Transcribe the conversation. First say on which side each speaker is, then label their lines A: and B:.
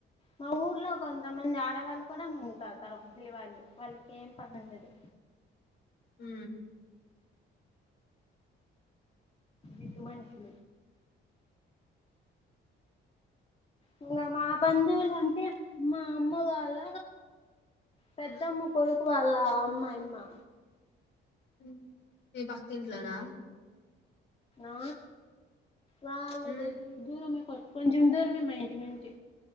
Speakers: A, on the left; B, on the left.
A: మా ఊర్లో ఒక కొంతమంది ఆడవాళ్ళు కూడా మందు తాగుతారు వాళ్ళు వాళ్ళకేం పనుండదు
B: ఉ
A: ఇటువంటి ఇంకా మా బంధువులు అంటే మా అమ్మ వాళ్ళ పెద్దమ్మ కొడుకు వాళ్ళ అమ్మ ఆయమ్మ
B: ఉ మీ బ ఇంట్లో నా
A: ఆ వాళ్ళది
B: హ్మ్
A: దూరుమకు కొంచం దూరమే మా ఇంటి నుంచి